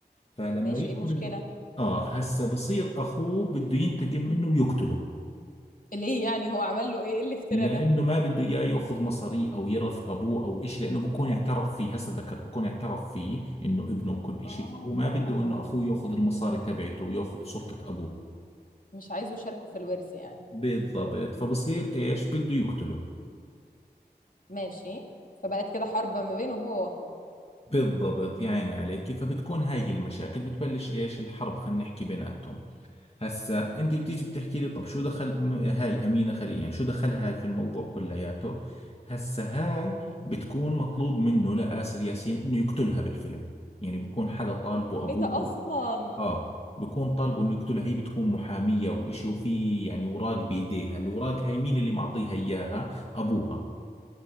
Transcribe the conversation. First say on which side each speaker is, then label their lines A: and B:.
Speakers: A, on the left; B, on the left.
A: فلما
B: ماشي
A: يدخل
B: ايه المشكلة؟
A: ب... آه هسا بصير أخوه بده ينتقم منه ويقتله
B: ليه يعني هو عمل له ايه؟ ايه الافتراء
A: لأنه
B: ده؟
A: ما بده إياه يأخذ مصاري أو يرث أبوه أو إشي لأنه بكون اعترف فيه هسا ذكرت بكون اعترف فيه إنه ابنه وكل إشي
B: آه
A: فهو ما بده إنه أخوه يأخذ المصاري تبعته ويأخذ سلطة أبوه
B: مش عايزه يشاركوا في الورث يعني
A: بالضبط فبصير إيش بده يقتله
B: ماشي فبقت كده حرب ما بينه هو وأخوه
A: بالضبط يا عيني عليك فبتكون هاي هي المشاكل بتبلش ايش الحرب خلينا نحكي بيناتهم هسا انت بتيجي بتحكي لي طب شو دخل أم... هاي امينه خليل يعني شو دخلها هاي في الموضوع كلياته هسا هاي بتكون مطلوب منه لآسر ياسين انه يقتلها بالفيلم يعني بيكون حدا طالبه ابوه
B: إيه ده
A: او
B: أصلا
A: اه بيكون طالبه انه يقتلها هي بتكون محاميه وإشي وفي يعني اوراق بايديها الاوراق هاي مين اللي معطيها اياها ابوها